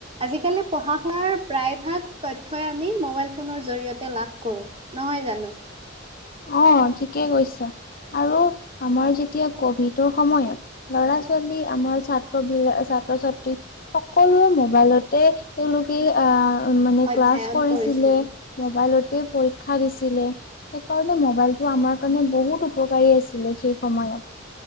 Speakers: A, on the right (about 30°); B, on the left (about 45°).
A: আজিকালি পঢ়া শুনাৰ প্ৰায়ভাগ তথ্যই আমি মবাইল ফোনৰ জৰিয়তে লাভ কৰো নহয় জানো? <inaudible> <unintelligible>
B: অ', ঠিকেই কৈছা। আৰু আমাৰ যেতিয়া ক'ভিডৰ সময়ত, ল'ৰা-ছোৱালী আমাৰ ছাত্ৰবিলাক-ছাত্ৰ <unintelligible> ছাত্ৰ-ছাত্ৰী, সকলোৱে মোবাইলতে, তেওঁলোকে আ মানে
A: অধ্যয়ন
B: ক্লাছ কৰিছিলে,
A: কৰিছিল
B: ম'বাইলতে পৰীক্ষা দিছিলে সেইকাৰণে ম'বাইলটো আমাৰ কাৰণে বহুত উপকাৰী আছিলে সেই সময়ত।